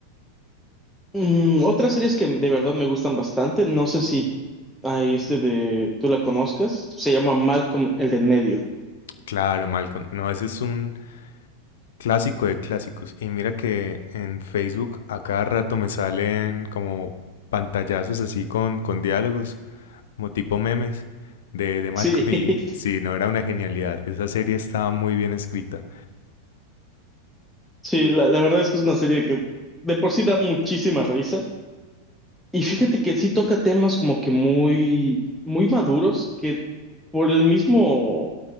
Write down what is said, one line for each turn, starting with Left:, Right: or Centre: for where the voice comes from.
Centre: Mm, otras series que de verdad me gustan bastante, no sé si hay este de tú la conozcas, se llama Malcolm el de en medio.
Left: Claro, Malcolm. No, ese es un, Clásico de clásicos. Y mira que en Facebook a cada rato me salen como pantallazos así con, con diálogos, como tipo memes de, de Malcolm.
Centre: Sí,
Left: <laughs>
Centre: <laughs>
Left: Y sí, no era una genialidad. Esa serie estaba muy bien escrita.
Centre: sí, la, la verdad es que es una serie que de por sí da muchísima risa. Y fíjate que sí toca temas como que muy, muy maduros, que por el mismo